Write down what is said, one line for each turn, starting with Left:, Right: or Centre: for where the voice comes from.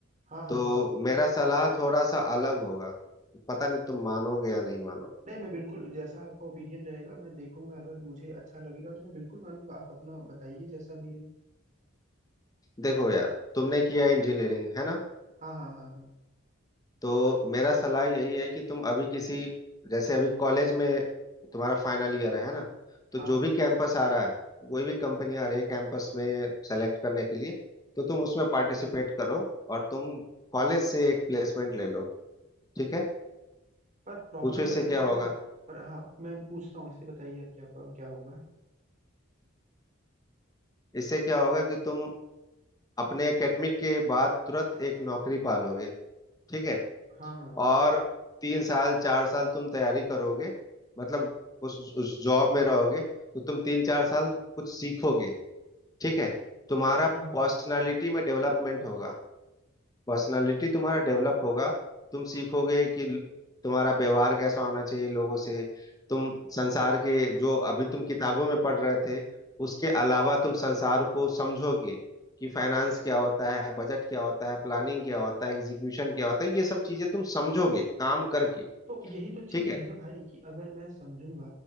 Right: हाँ हाँ
Left: तो
Right: हाँ
Left: मेरा सलाह थोड़ा सा अलग होगा पता नहीं तुम मानोगे या नहीं मानोगे
Right: नहीं मैं बिल्कुल जैसा आपका ओपिनियन रहेगा मैं देखूंगा अगर मुझे अच्छा लगेगा तो मैं बिल्कुल मानूंगा आप अपना बताइए जैसा भी है
Left: देखो यार तुमने किया इंजीनियरिंग है ना
Right: हाँ हाँ हाँ हाँ
Left: तो मेरा सलाह यही है कि तुम अभी किसी जैसे अभी कॉलेज में तुम्हारा फाइनल ईयर है ना तो
Right: हाँ
Left: जो
Right: हाँ
Left: भी कैंपस आ रहा है कोई भी कंपनी आ रही है कैंपस में सेलेक्ट करने के लिए तो तुम उसमें पार्टिसिपेट करो और तुम कॉलेज से एक प्लेसमेंट ले लो ठीक है
Right: पर प्रॉब्लम
Left: पूछो इससे
Right: पता है
Left: क्या
Right: क्या
Left: होगा
Right: है पर हाँ मैं पूछता हूँ इससे बताइए आप क्या क्या होगा
Left: इससे क्या होगा कि तुम अपने एकेडमिक के बाद तुरंत एक नौकरी पा लोगे ठीक है
Right: हाँ हाँ
Left: और तीन साल चार साल तुम तैयारी करोगे मतलब उस उस जॉब में रहोगे तो तुम तीन चार साल कुछ सीखोगे ठीक है तुम्हारा
Right: हम्म
Left: पर्सनालिटी में डेवलपमेंट होगा पर्सनालिटी तुम्हारा डेवलप होगा तुम सीखोगे कि ल- तुम्हारा व्यवहार कैसा होना चाहिए लोगों से तुम संसार के जो अभी तुम किताबों में पढ़ रहे थे उसके अलावा तुम संसार को समझोगे कि फाइनेंस क्या होता है बजट क्या होता है प्लानिंग क्या होता है एग्जीक्यूशन क्या होता है ये सब चीजें तुम समझोगे काम करके
Right: तो यही तो चीज
Left: ठीक है
Right: है ना भाई कि अगर मैं समझूंगा